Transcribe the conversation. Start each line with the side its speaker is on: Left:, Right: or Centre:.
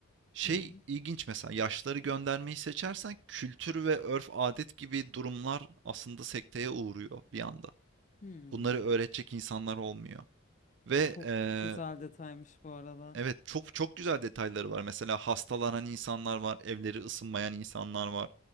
Right: Şey
Left: Hı hı.
Right: ilginç mesela yaşlıları göndermeyi seçersen kültür ve örf adet gibi durumlar aslında sekteye uğruyor bir anda.
Left: Hmm,
Right: bunları öğretecek insanlar olmuyor. Ve
Left: çok
Right: eee,
Left: Evet. güzel detaymış bu arada.
Right: evet çok çok güzel detayları var. Mesela hastalanan insanlar var, evleri ısınmayan insanlar var.